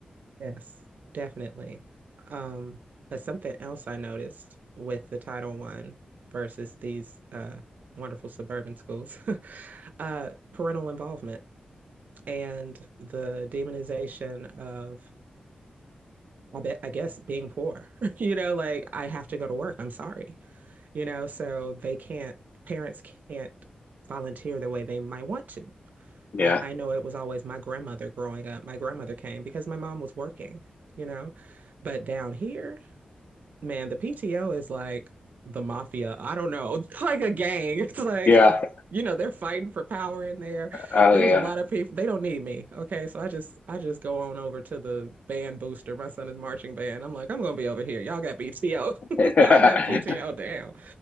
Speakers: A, on the right; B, on the left.
A: Yes, definitely. Um, but something else I noticed with the Title One versus these uh, wonderful suburban schools, <laughs> uh, parental involvement and the demonization of, I bet, I guess, being poor. <laughs> You know, like I have to go to work. I'm sorry. you know, so they can't, parents can't volunteer the way they might want to.
B: Yeah,
A: Uh, I know it was always my grandmother growing up. My grandmother came because my mom was working, you know, but down here, man, the PTO is like the mafia. I don't know, <laughs> it's like a gang. It's like,
B: yeah,
A: you know, they're fighting for power in there.
B: oh
A: There's
B: yeah,
A: a lot of people. They don't need me. Okay, so I just I just go on over to the band booster. My son is marching band. I'm like, I'm gonna be over here. Y'all got PTO.
B: <laughs>
A: <laughs> Y'all have PTO down.